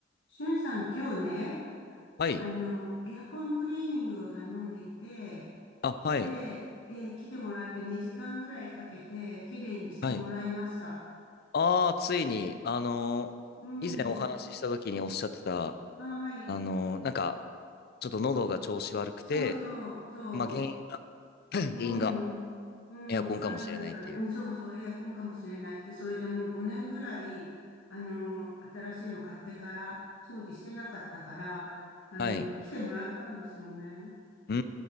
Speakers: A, on the left; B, on the left.
A: しゅんさん、今日ね、
B: はい。
A: あの、エアコンクリーニングを頼んでいて、
B: あ、はい。
A: で、えー来てもらって2時間ぐらいかけて、綺麗にしてもらいました。
B: はい。ああ、ついに、あのー以前お話しした時におっしゃってた、
A: うん。はい。
B: あのーなんか、ちょっと喉が調子悪くて、
A: そうそう、そ
B: まあ、原因が、<clears throat>
A: う。
B: 原因が
A: うん。うん、
B: エアコンかもしれないっていう。
A: わからないから、うん、そうそう、エアコンかもしれないって、それでもう5年ぐらい、あの、新しいの買ってから、掃除してなかったから、あの、
B: はい。
A: 来てもらったんですよね。
B: うー